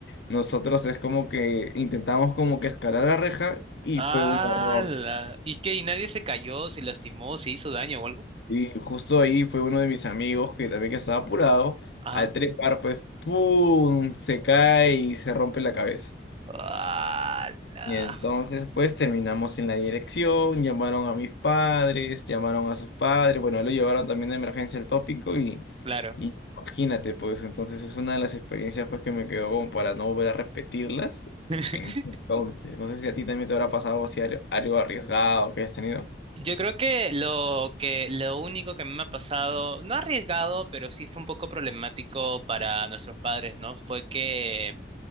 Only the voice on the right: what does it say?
Ah,
la- ¿y qué? ¿Y nadie se cayó, se lastimó, se hizo daño o algo?
Ah.
Ala.
Claro.
<laughs>
Yo creo que lo que lo único que a mí me ha pasado, no arriesgado, pero sí fue un poco problemático para nuestros padres, ¿no? Fue que